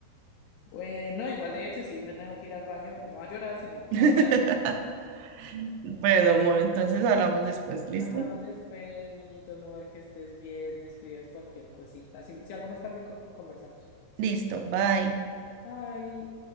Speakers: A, on the left (about 80°); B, on the right (about 85°).
A: Bueno, igual de hecho, sí, me tengo que ir al baño, no a llorar, sino
B: <laughs>
A: a bañarme.
B: Bueno, amor, entonces hablamos después, ¿listo?
A: Hablamos después, Benito, amor, que estés bien, me escribes cualquier cosita. Si, si algo más tarde con- conversamos.
B: Listo, bye.
A: Bye.